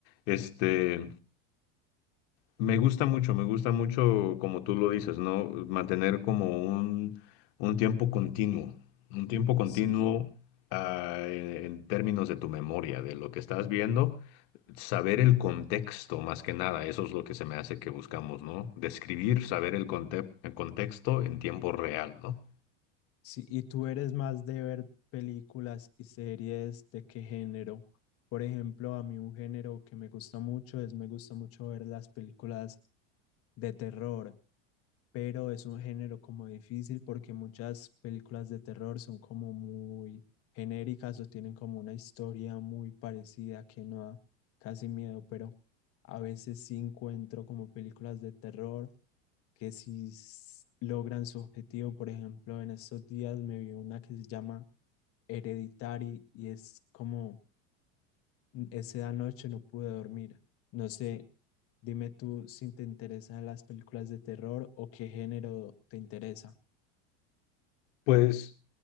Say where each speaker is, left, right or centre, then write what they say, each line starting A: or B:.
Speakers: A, on the left; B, on the left.
A: Este. Me gusta mucho, me gusta mucho, como tú lo dices, ¿no? Mantener como un, un tiempo continuo, un tiempo continuo
B: Sí.
A: ah, en, en términos de tu memoria, de lo que estás viendo, saber el contexto más que nada, eso es lo que se me hace que buscamos, ¿no? Describir, saber el conte- el contexto en tiempo real, ¿no?
B: Sí, ¿y tú eres más de ver películas y series de qué género? Por ejemplo, a mí un género que me gusta mucho es, me gusta mucho ver las películas de terror, pero es un género como difícil porque muchas películas de terror son como muy genéricas o tienen como una historia muy parecida que no da casi miedo, pero a veces sí encuentro como películas de terror que sí s- logran su objetivo. Por ejemplo, en estos días me vi una que se llama Hereditary y es como mm, esa noche no pude dormir. No sé, dime tú si te interesan las películas de terror o qué género te interesa.
A: Pues